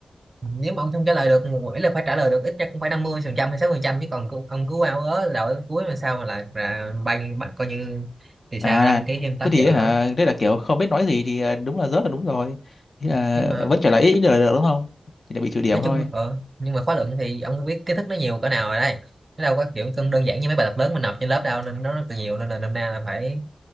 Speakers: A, on the right (about 35°); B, on the left (about 50°).
A: nếu mà ông không trả lời được một buổi là phải trả lời được ít nhất cũng phải 50 phần trăm hay 60 phần trăm chứ còn cứ- ông cứ ú ảo đó đầu đến cuối mà sao mà là, là banh bạn coi như thì sao
B: à
A: đăng ký thêm 8
B: thế thì
A: triệu
B: hả
A: nữa
B: thế là kiểu không biết nói gì thì à, đúng là rớt là đúng rồi thế là
A: nhưng mà
B: vẫn trở lại ít ít được là được đúng không thì là bị trừ điểm
A: nói chung
B: thôi
A: ờ nhưng mà khóa luận thì ông không biết kiến thức nó nhiều cỡ nào rồi đây nó đâu có kiểu cân đơn giản như mấy bài tập lớn mình nộp trên lớp đâu nên nó rất là nhiều nên là năm nay là phải